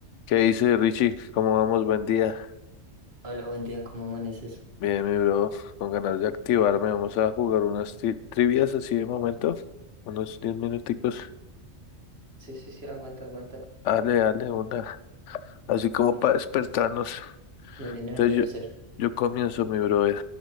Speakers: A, on the left (about 80°); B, on the right (about 60°).
A: ¿Qué dice Richie? ¿Cómo vamos? Buen día.
B: Hola, buen día, ¿cómo amaneces?
A: Bien, mi bro, con ganas de activarme. Vamos a jugar unas tri- trivias así de momento, unos 10 minuticos.
B: Sí, sí, sí, aguanta, aguanta.
A: Dale, dale, una. Así como
B: Y un,
A: para despertarnos.
B: y un Energizer
A: Entonces yo, yo comienzo, mi brother.